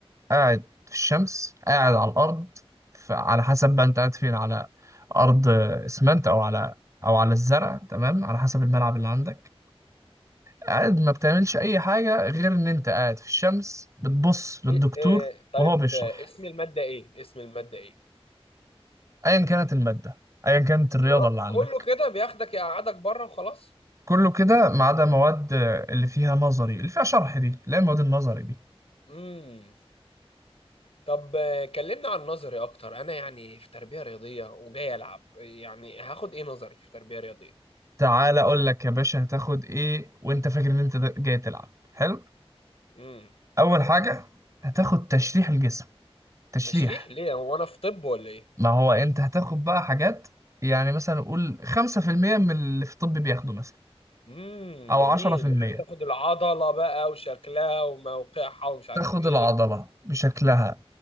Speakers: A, on the right; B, on the left.
A: قاعد في الشمس قاعد على الأرض ف- على حسب بقى أنت قاعد فين على أرض إسمنت أو على أو على الزرع تمام على حسب الملعب اللي عندك قاعد ما بتعملش اي حاجه غير ان انت قاعد في الشمس بتبص للدكتور
B: إيه إيه طيب
A: وهو بيشرح
B: آه، اسم الماده ايه اسم الماده ايه
A: ايا كانت الماده ايا كانت الرياضه
B: يا رب
A: اللي عندك
B: كله كده بياخدك يقعدك بره وخلاص
A: كله كده ما عدا مواد اللي فيها نظري اللي فيها شرح دي لا المواد النظري دي
B: امم طب آه، كلمنا عن نظري اكتر انا يعني في تربيه رياضيه وجاي العب يعني هاخد ايه نظري في تربيه رياضيه
A: تعالى اقول لك يا باشا هتاخد ايه وانت فاكر ان انت د- جاي تلعب حلو
B: امم
A: اول حاجه هتاخد تشريح الجسم تشريح
B: تشريح ليه هو انا في طب ولا ايه
A: ما هو انت هتاخد بقى حاجات يعني مثلا قول 5% من اللي في الطب بياخده مثلا
B: امم
A: او
B: جميل
A: 10%
B: يعني تاخد العضلة بقى وشكلها وموقعها ومش عارف
A: تاخد
B: ايه
A: العضلة بشكلها